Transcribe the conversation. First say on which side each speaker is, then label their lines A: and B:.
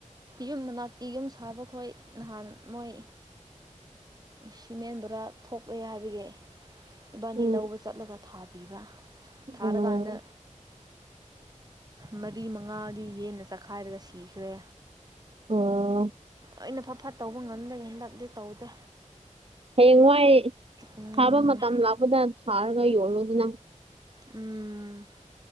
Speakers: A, on the right; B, on the right.
A: ꯌꯨꯝ ꯃꯅꯥꯛꯇꯤ ꯌꯨꯝ ꯁꯥꯕꯈꯣꯏ ꯅꯍꯥꯟ ꯃꯣꯏ ꯁꯤꯃꯦꯟ ꯕ‌ꯣꯔ ꯊꯣꯛꯂꯦ ꯍꯥꯏꯕꯒꯤ ꯏꯕꯥꯅꯤ
B: ꯎꯝ
A: ꯂꯧꯕ ꯆꯠꯂꯒ ꯊꯥꯕꯤꯕ ꯊꯥꯔꯒꯥꯟꯗ
B: ꯑ
A: ꯃꯔꯤ ꯃꯉꯥꯗꯤ ꯌꯦꯟꯅ ꯆꯈꯥꯏꯔꯒ ꯁꯤꯈ꯭ꯔꯦ
B: ꯑꯣ
A: ꯑꯩꯅ ꯐ ꯐꯠ ꯇꯧꯕ ꯉꯝꯗꯒꯦ ꯍꯟꯗꯛꯇꯗꯤ ꯇꯧꯗꯦ
B: ꯍꯌꯦꯡꯋꯥꯏ
A: ꯎꯝ
B: ꯊꯥꯕ ꯃꯇꯝ ꯂꯥꯛꯄꯗ ꯊꯥꯔꯒ ꯌꯣꯜꯂꯨꯗꯅ
A: ꯎꯝ